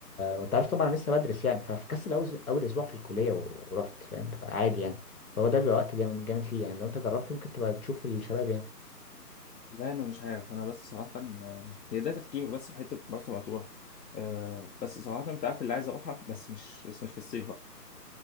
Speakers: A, on the left; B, on the left.
A: وانت عارف طبعا أنا لسه بدرس يعني ففكست اول اول اسبوع في الكليه و... ورحت فاهم فعادي يعني فهو ده بيبقى وقت جامد جامد فيه يعني لو انت جربته ممكن تبقى تشوف الشباب يعني
B: لا انا مش عارف انا بس صراحه آه، هي ده تفكير بس في حته مرسى مطروح آه، بس صراحه انت عارف اللي عايز اروحها بس مش بس مش في الصيف بقى